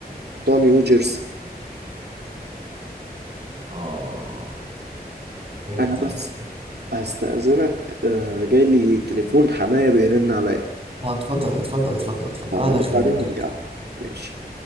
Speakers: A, on the right; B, on the right.
A: بتوع نيو جيرسي
B: اه فهمت
A: انا
B: أنا
A: بس
B: كده
A: هستأذنك آه، جاي لي تليفون حماية بيرن عليا
B: اه اتفضل اتفضل اتفضل اتفضل
A: فهرد
B: أنا داخل
A: عليه
B: أنام
A: وهرجع
B: كده كده
A: لك ماشي